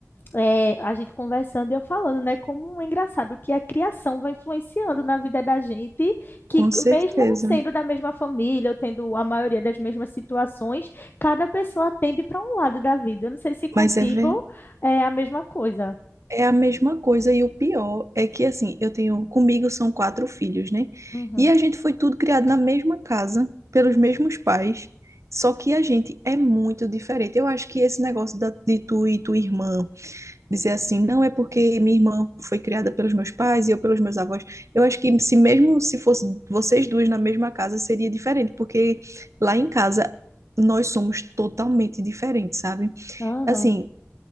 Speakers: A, on the left; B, on the right.
A: é, a gente conversando e eu falando, né? Como é engraçado que a criação vai influenciando na vida da gente, que
B: com certeza.
A: mesmo sendo da mesma família, ou tendo a maioria das mesmas situações, cada pessoa tende para um lado da vida. Eu não sei se contigo
B: Mas é, ver-
A: é a mesma coisa.
B: é a mesma coisa, e o pior é que, assim, eu tenho, comigo são quatro filhos, né?
A: Uhum.
B: E a gente foi tudo criado na mesma casa, pelos mesmos pais, só que a gente é muito diferente. Eu acho que esse negócio da, de tu e tua irmã dizer assim, não é porque minha irmã foi criada pelos meus pais e eu pelos meus avós. Eu acho que se mesmo se fosse vocês duas na mesma casa seria diferente, porque lá em casa nós somos totalmente diferentes, sabe?
A: Aham,
B: Assim,